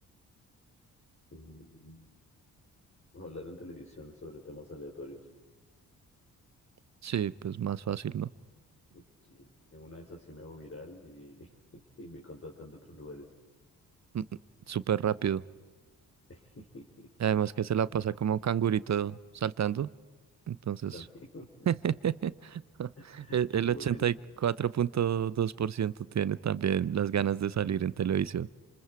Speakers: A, on the left; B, on the right.
A: Mm, bueno, Hablar en televisión sobre temas aleatorios.
B: Sí, pues más fácil, ¿no?
A: Uf, Sí, en una de esas sí me hago viral y, <laughs> y me contratan de otros lugares.
B: Mm, mm, Súper rápido.
A: <laughs>
B: Y Además que se la pasa como cangurito saltando. Entonces,
A: También,
B: <laughs>
A: <laughs>
B: el el
A: qué buena,
B: ochenta y cuatro punto dos por ciento tiene también las ganas de salir en televisión.